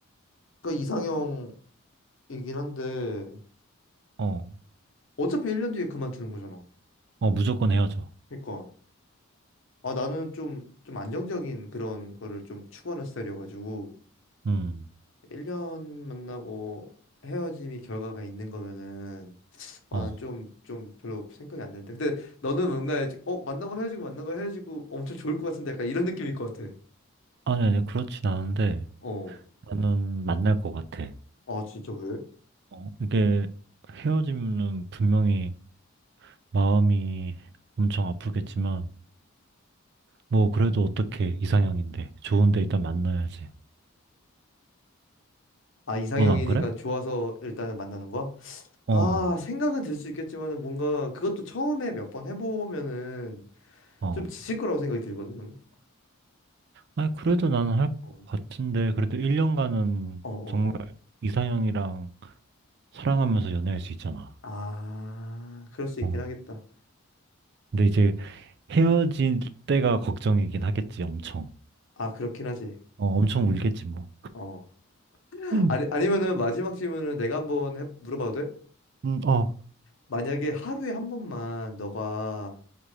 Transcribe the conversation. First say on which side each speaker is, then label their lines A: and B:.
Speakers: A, on the left; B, on the right.
A: 그러니까 이상형이긴 한데
B: 어,
A: 어차피 1년 뒤에 그만두는 거잖아.
B: 어, 무조건 헤어져.
A: 그러니까 아 나는 좀 좀 안정적인 그런 거를 좀 추구하는 스타일이어가지고
B: 음,
A: 1년 만나고 헤어짐이 결과가 있는 거면은 아,
B: 어.
A: 난좀 좀좀 별로 생각이 안 되는데. 근데 너는 뭔가 이제 어, 만나고 헤어지고 만나고 헤어지고 엄청 좋을 것 같은데 약간 이런 느낌일 것 같아.
B: 아니, 아니, 그렇진 않은데
A: 어.
B: 나는 만날 것 같아.
A: 아, 진짜 왜?
B: 어, 이게 헤어지면은 분명히 마음이 엄청 아프겠지만 뭐 그래도 어떻게 이상형인데 좋은데 일단 만나야지.
A: 아, 이상형이니까
B: 넌 안 그래?
A: 좋아서 일단은 만나는 거야?
B: 어,
A: 아, 생각은 들 수 있겠지만은 뭔가 그것도 처음에 몇 번 해보면은
B: 어.
A: 좀 지칠 거라고 생각이 들거든. 나는.
B: 아니, 그래도 나는 할
A: 어,
B: 것 같은데 그래도 1년간은
A: 어, 어.
B: 정말
A: 어.
B: 이상형이랑 사랑하면서 연애할 수 있잖아.
A: 아, 그럴 수 있긴
B: 어.
A: 하겠다.
B: 근데 이제 헤어질 때가 걱정이긴 하겠지, 엄청.
A: 아, 그렇긴 하지.
B: 어, 엄청 울겠지, 뭐.
A: 어.
B: 음,
A: 아니, 아니면은 마지막 질문은 내가 한번 해- 물어봐도 돼?
B: 음, 어.
A: 만약에 하루에 한 번만 너가